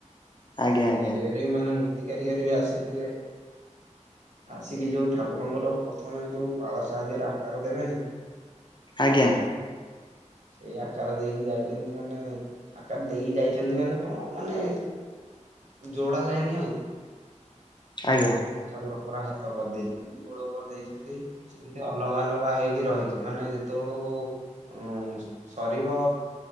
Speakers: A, on the left; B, on the right.
A: ଆଜ୍ଞା
B: ହୁଁ- ତିଆରି
A: ଆଜ୍ଞା
B: ବାରେ ମାନେ ମୂର୍ତ୍ତି କାରିଗର ବି ଆସିଥିଲେ। ଆସିକି ଯଉ ଠାକୁରଙ୍କର ପ୍ରଥମେ ଯଉ ପାଳ ସାହାଯ୍ୟରେ ଆକାର ଦେବେନି
A: ଆଜ୍ଞା।
B: ସେଇ ଆକାର ଦେଇକି ଯାଇଚନ୍ତି ମାନେ ଆକାର ଦେଇକି ଯାଇଚନ୍ତି ମାନେ କଣ ମାନେ ଯୋଡା ଯାଇନି ଆଉ
A: ଆଜ୍ଞା।
B: ସେ ଠାକୁରଙ୍କର ହାତ କରିଦେଇଚନ୍ତି ଗୋଡ କରିଦେଇଚନ୍ତି ସେମିତି ଅଲଗା ଅଲଗା ହେଇକି ରହିଚି ମାନେ ଯେତେବଳୁ ଉଁ- ସରିବ